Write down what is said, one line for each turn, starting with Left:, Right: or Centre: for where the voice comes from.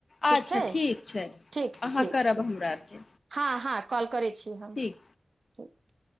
Right: ठीक
Left: अच्छा
Right: छै
Left: ठीक छैय
Right: ठीक
Left: अहाँ
Right: ठीक
Left: करब
Right: ठीक
Left: हमरा आरके
Right: हँ हँ कॉल करै छी। की
Left: ठीक
Right: हम। <unintelligible>